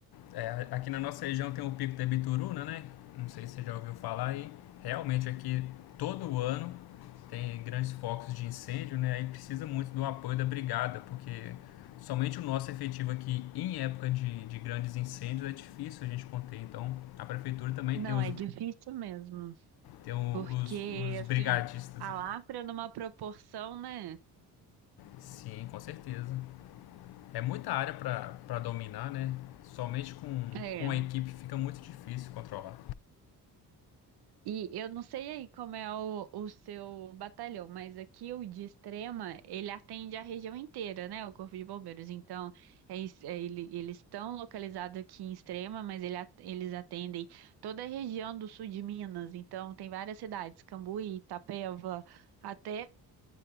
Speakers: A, on the left (about 65°); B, on the right (about 70°).
A: É, aqui na nossa região tem o Pico da Bituruna, né? Não sei se você já ouviu falar e realmente aqui todo ano tem grandes focos de incêndio, né? Aí precisa muito do apoio da brigada, porque somente o nosso efetivo aqui em época de, de grandes incêndios é difícil a gente conter. Então a prefeitura também
B: Não,
A: tem os,
B: é difícil mesmo,
A: tem o-
B: porque
A: os, os brigadistas
B: assim, a
A: aqui.
B: lafra numa proporção, né?
A: Sim, com certeza. É muita área para dominar, né? Somente com,
B: É.
A: com a equipe fica muito difícil controlar.
B: E eu não sei aí como é o, o seu batalhão, mas aqui o de Extrema, ele atende a região inteira, né? O Corpo de Bombeiros. Então, é isso, é, ele- eles estão localizados aqui em Extrema, mas ele at- eles atendem toda a região do sul de Minas. Então, tem várias cidades, Cambuí, Itapeva, até,